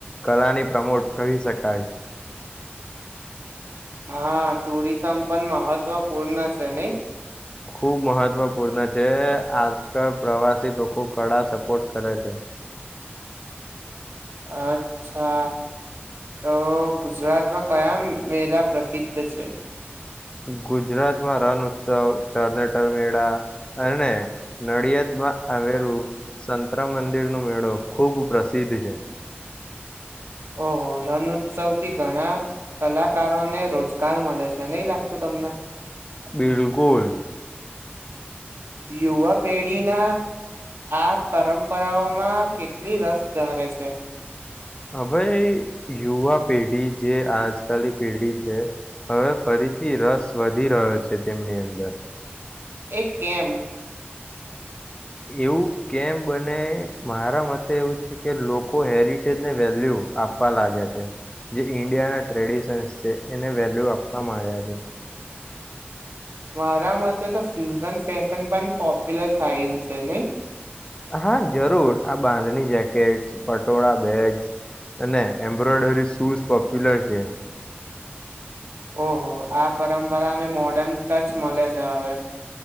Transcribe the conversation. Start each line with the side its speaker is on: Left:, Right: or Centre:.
Left: કલાની પ્રમોટ કરી શકાય.
Right: હા ટુરિઝમ પણ મહત્વપૂર્ણ છે નહી.
Left: ખૂબ મહત્વપૂર્ણ છે આજકાલ પ્રવાસી લોકો કળા સપોર્ટ કરે છે.
Right: અચ્છા તો ગુજરાતમાં કયા મેલા પ્રસિદ્ધ છે.
Left: ગુજરાતમાં રણ ઉત્સવ ટર્નેટર મેળા અને નડિયાદમાં આવેલું સંતરા મંદિરનોો મેળો ખૂબ પ્રસિદ્ધ છે.
Right: ઓહો રણ ઉત્સવથી ઘણા કલાકારોને રોજ કાલ મળે છે નહી લાગતું તમને.
Left: બિલકુલ.
Right: યુવા પેઢીના આ પરંપરાઓમાં કેટલી રસ ધારે છે.
Left: હ ભાઈ યુવા પેઢી જે આજકાની પેઢી છે હવે ફરીથી રસ વધી રહ્યો છે તેમની અંદર.
Right: એ કેમ?
Left: એવું કેમ બને મારા મતે એવું છે કે લોકો હેરિટેજને વેલ્યુ આપવા લાગ્યા છે જે ઈન્ડિયાના ટ્રેડિશન્સ છે એને વેલ્યુ આપવા માંડ્યા છે.
Right: મારા મતે તો ફ્યુઝન ફેશન પણ પોપ્યુલર થાયું છે નહી.
Left: હા જરૂર આ બાંધણી જેકેટ્સ પટોળા બેગ્સ અને એમ્બ્રોઈડરી શૂઝ પોપ્યુલર છે.
Right: ઓહો આ પરંપરાને મોર્ડર્ન ટચ મળે છે હવે.